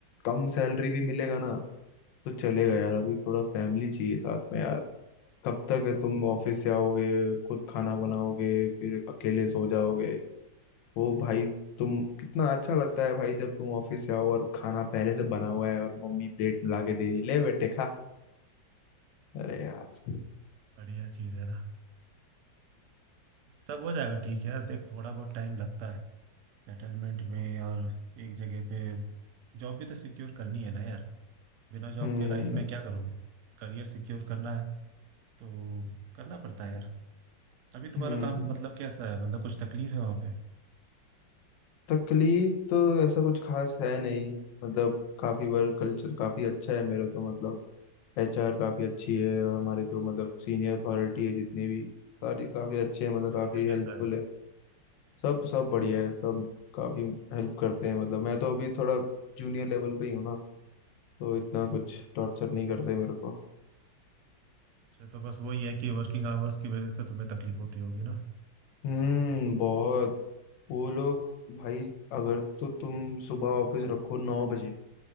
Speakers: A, on the left (about 75°); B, on the right (about 70°).
A: कम सैलरी भी मिलेगा ना तो चलेगा यार अभी थोड़ा फैमिली चाहिए साथ में कब तक
B: वो
A: तुम ऑफिस से आओगे खुद खाना बनाओगे फिर अकेले सो जाओगे वो भाई तुम कितना अच्छा लगता है भाई जब तुम ऑफिस से आओ और खाना पहले से बना हुआ है और मम्मी प्लेट में ला के दे रही है ले बेटे खा अरे
B: तो
A: यार
B: बढ़िया चीज है ना सब हो जाएगा ठीक है यार देख थोड़ा बहुत टाइम लगता है सेटलमेंट में और एक जगह पे जॉब भी तो सिक्योर करनी है ना यार बिना जॉब
A: हम्म
B: के लाइफ में क्या करोगे करियर सिक्योर करना है तो करना पड़ता है यार अभी तुम्हारा
A: हम्म
B: काम मतलब कैसा है मतलब कुछ तकलीफ है वहां पे
A: तकलीफ तो ऐसा कुछ खास है नहीं मतलब काफी वर्क कल्चर काफी अच्छा है मेरा तो मतलब एचआर काफी अच्छी है और हमारे जो मतलब सीनियर अथॉरिटी है जितने भी सारी काफी अच्छे हैं मतलब काफी
B: मैनेजर
A: हेल्पफुल
B: कैसा है
A: है सब सब बढ़िया है सब काफी हेल्प करते हैं मतलब मैं तो अभी थोड़ा जूनियर लेवल पे ही हूँ ना तो इतना
B: हम्म
A: कुछ टॉर्चर नहीं करते मेरे को
B: अच्छा तो बस वही है कि वर्किंग आवर्स की वजह से तुम्हें तकलीफ होती होगी ना
A: हम्म बहुत वो लोग भाई अगर तो तुम सुबह ऑफिस रखो नौ बजे